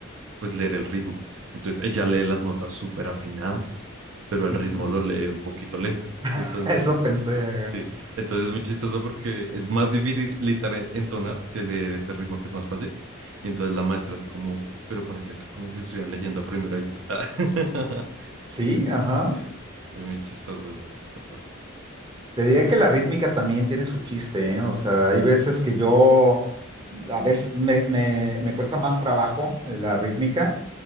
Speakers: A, on the right (about 70°); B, on the right (about 25°).
A: pues leer el ritmo. Entonces ella lee las notas súper afinadas, pero el
B: Ujú.
A: ritmo lo lee un poquito lento.
B: <laughs>
A: Entonces,
B: Eso pensé, ajá.
A: sí, entonces es muy chistoso porque es más difícil literal entonar que leer ese ritmo que es más fácil. Y entonces la maestra es como, "Uy, pero parecía que como si estuvieran leyendo a primera vista. <laughs>
B: Sí, ajá.
A: Sí, es muy chistoso eso, esa parte.
B: Te diría que la rítmica también tiene su chiste, ¿eh? O sea, hay veces que yo, a veces me, me- me cuesta más trabajo eh, la rítmica